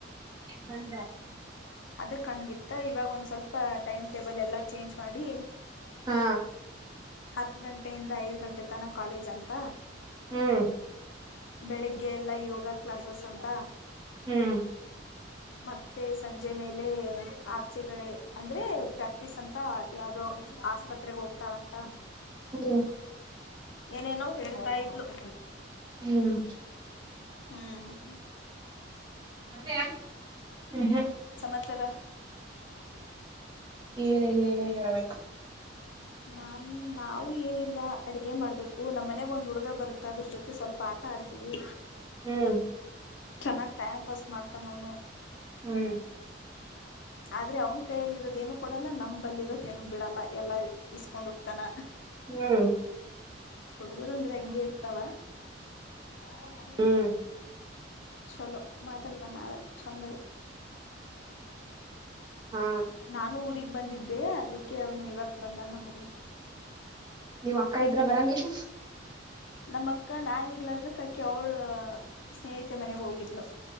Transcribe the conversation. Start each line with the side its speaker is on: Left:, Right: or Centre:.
Right: ಬಂದ
Left: ಅದಕ್ಕೆ ಕಂಗಿತ್ತ ಇವಾಗ ಒಂದ್ ಸ್ವಲ್ಪ ಟೈಮ್ ಟೇಬಲ್ ಎಲ್ಲ ಚೇಂಜ್ ಮಾಡಿ
Right: ಹಾ
Left: ಹತ್ ಗಂಟೆಯಿಂದ ಐದ್ ಗಂಟೆ ತನ ಕಾಲೇಜ್ ಅಂತ
Right: ಹ್ಮ್
Left: ಬೆಳಿಗ್ಗೆ ಎಲ್ಲಾ ಯೋಗ ಕ್ಲಾಸಸ್ ಅಂತ
Right: ಹ್ಮ್
Left: ಮತ್ತೆ ಸಂಜೆ ಸಂಜೆ ಮೇಲೆ ಆಚೆಗಡೆ ಅಂದ್ರೆ ಪ್ರಾಕ್ಟೀಸ್ ಅಂತ ಯಾವುದೋ ಆಸ್ಪತ್ರೆಗೆ ಹೋಗ್ತಾಳಂತ
Right: ಹ್ಮ್
Left: ಏನೇನೋ ಹೇಳ್ತಾ ಇದ್ಲು <inaudible>
Right: ಹ್ಮ್
Left: ಹ್ಮ್ <inaudible>
Right: <inaudible> ಹ್ಮ ಹ
Left: <unintelligible>
Right: ಏನೆಲ್ಲ ನೀನೇ ಹೇಳ ಬೇಕು
Left: <inaudible> ನಾ ನಾವು ಏನಿಲ್ಲ ಅಡಗೆ ಮಾಡ್ಬೇಕು ನಮ್ಮ್ ಮನೆ ಒಂದ್ ಹುಡುಗ ಬರುತ್ತ ಅದ್ರ ಜೊತೆ ಸ್ವಲ್ಪ ಆಟ ಆಡ್ತೀವಿ
Right: ಹ್ಮ್
Left: ಚೆನ್ನಾಗ್ ಟೈಮ್ ಪಾಸ್ ಮಾಡ್ತಾನ ಅವನು
Right: ಹ್ಮ್
Left: ಆದ್ರೆ ಅವ್ನ್ ಕೈಯಲ್ಲಿ ಇರೋದೇನು ಕೊಡಲ್ಲ ನಮ್ಮಬಲ್ಲಿ ಇರೋದೇನನು ಬಿಡಲ್ಲ ಎಲ್ಲಾ ಇಸ್ಕೊಂಡ್ ಹೋಗ್ತಾನ
Right: ಹ್ಮ
Left: ಹುಡುಗರು ಅಂದ್ರೆ ಹೆಂಗೆ ಇರ್ತಾವ ಹಾ ಹ
Right: ಹ್ಮ್
Left: ಚಲೋ ಮಾತಾಡತನ ಆದ್ರ ಚಂದಗೆ
Right: ಹಾ
Left: ನಾನು ಊಗ್ ಬಂದಿದ್ದೆ ಅದಕ್ಕೆ ಅವನು ಇವತ್ ಬಂದ ನಮ್ಮ ಮನಗೆ
Right: ನೀವ್ ಅಕ್ಕ ಇದ್ರ ಬರಂಗಿಲ್ಲ
Left: ನಮ್ಮ ಅಕ್ಕ ನಾ ಇರ್ಲಾರ್ದ ಆಕಿ ಅವಳ ಸ್ನೇಹಿತೆ ಮನೆಗ್ ಹೋಗಿದ್ಲು